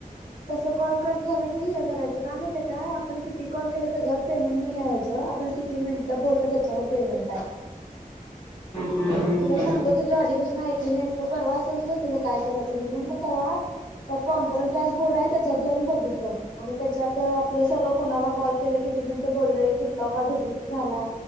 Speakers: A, on the left (about 60°); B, on the left (about 40°).
A: तस कॉल कट झालं कि हे करायचं काम य काय आपण किती कॉल केलं त्याच्यावर पेमेंट नाही यायचं. आपण किती मिनिट बोलल त्याच्यावर पेमेंट आहे.
B: हम्म हम्म हम्म
A: तुला
B: हम्म
A: सांगत होतू आधीपासून ऐकली नाही मग परवा सहज बसलेलो काय करायचं म्हणून मग तेव्हा त्यात कॉन्फरन्स डॅशबोर्ड आहे त्याच्यात जाऊन बघितलं आणि त्याच्यात आपलं सगळं कोणाला कॉल केलं किती मिनिटं बोललय कुठला कॉल रिजेक्ट झालाय